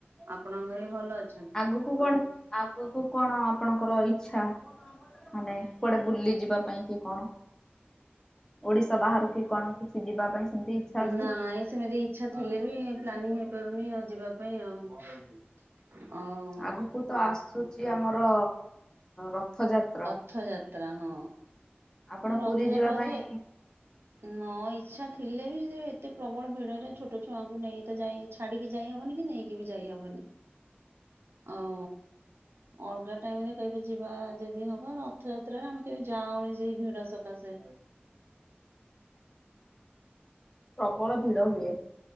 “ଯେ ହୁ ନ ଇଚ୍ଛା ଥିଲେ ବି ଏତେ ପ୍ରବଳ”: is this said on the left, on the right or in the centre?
Right